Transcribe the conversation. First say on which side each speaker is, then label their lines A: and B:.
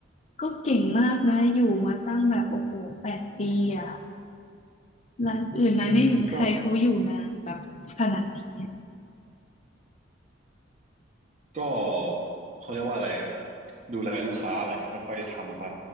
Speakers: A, on the left (about 35°); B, on the right (about 40°).
A: ก็เก่งมากนะอยู่มาตั้งแบบโอ้โหแปดปีอะร้านอื่นมันไม่เห็นใครเขาอยู่นานแบบขนาดนี้อะ
B: อืมก็ ก็เขาเรียกว่าอะไรอะดูแลลูกค้าแหละค่อยๆทำไป